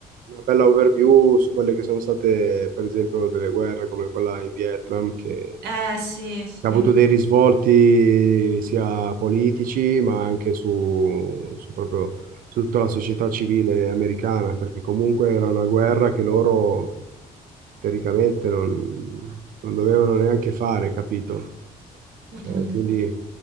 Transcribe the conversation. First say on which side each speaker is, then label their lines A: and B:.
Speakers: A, on the right (about 60°); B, on the right (about 80°).
A: una bella overview su quelle che sono state, per esempio, delle guerre come quella in Vietnam, che
B: Eh sì, sì.
A: ha avuto
B: Mm,
A: dei risvolti sia politici, ma anche su, su proprio su tutta la società civile americana, perché comunque era una guerra che loro teoricamente non, non dovevano neanche fare, capito?
B: mm.
A: Cioè, quindi